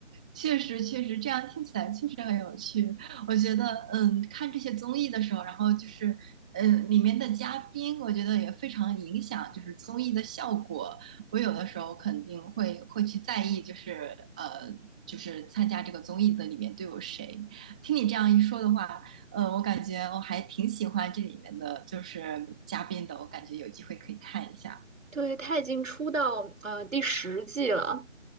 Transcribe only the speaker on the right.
对，他已经出到呃第十季了，